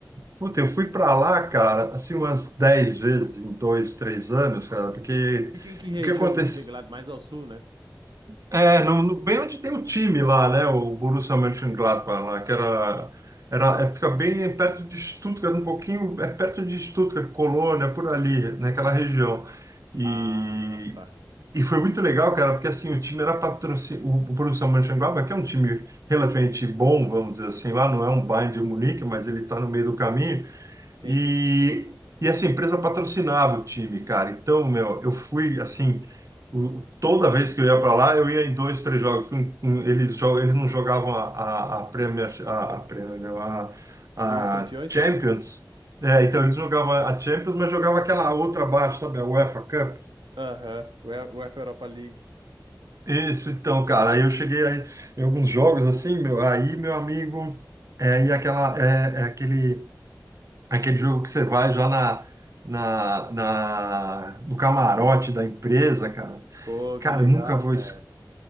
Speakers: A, on the right; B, on the right.
A: puta, eu fui para lá, cara, assim, umas 10 vezes em dois, três anos, cara, porque
B: Fica em que região,
A: o que acontece?
B: Mönchengladbach? Mais ao sul, né?
A: É, no, no- bem onde tem o time lá, né? O Borussia Mönchengladbach lá, que era, era, é, fica bem perto de Stuttgart, um pouquinho, é perto de Stuttgart, Colônia, por ali, naquela região. E,
B: Ah, tá.
A: e foi muito legal, cara, porque assim, o time era patrocinado, o Borussia Mönchengladbach, que é um time relativamente bom, vamos dizer assim, lá não é um
B: Uhum.
A: Bayern de Munique, mas ele está no meio do caminho.
B: Sim.
A: E, e essa empresa patrocinava o time, cara. Então, meu, eu fui assim. o- Toda vez que eu ia para lá, eu ia em dois, três jogos. Fui em- em- Eles, jo- eles não jogavam a, a, a Premier, a, a, Premier, não, a- a
B: Liga dos Campeões?
A: Champions. É,
B: Uhum.
A: então eles jogavam a Champions, mas jogavam aquela outra abaixo, sabe? A UEFA Cup.
B: Aham. Ue- UEFA Europa League.
A: Isso, então, cara, aí eu cheguei aí, em alguns jogos assim, meu, aí meu amigo, é, e aquela, é, é aquele aquele jogo que você vai já na, na, na- no camarote da empresa, cara.
B: Pô,
A: Cara,
B: que legal,
A: nunca vou.
B: cara.
A: es-